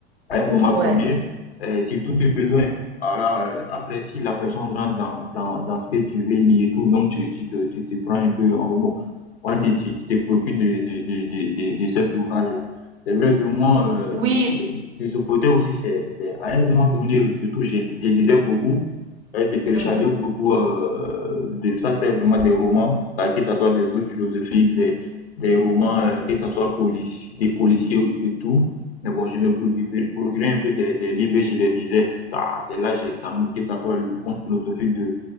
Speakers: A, on the left; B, on the right.
A: à un moment
B: ouais.
A: donné, euh, surtout du besoin. Alors, euh, après, si la personne rentre dans, dans, dans ce que tu veux lire et tout, donc tu, tu te, tu te prends un peu, enfin bon, on va dire, tu, tu te préoccupes de, de, de, de, de, de cet ouvrage-là. C'est vrai que moi, euh,
B: Oui.
A: de ce côté aussi, c'est, c'est, à un moment donné, surtout, je, je lisais beaucoup. Euh, J'ai téléchargé
B: mhm,
A: beaucoup euh, de ça, c'est vraiment des romans, bah, que ce soit des œuvres philosophiques, des, des romans, euh, que ce soit polici- des policiers et tout. Mais bon, je me procurais procurais un peu des, des livres et je les lisais. Bah, c'est là j'ai quand même, que ce soit le conte philosophique de,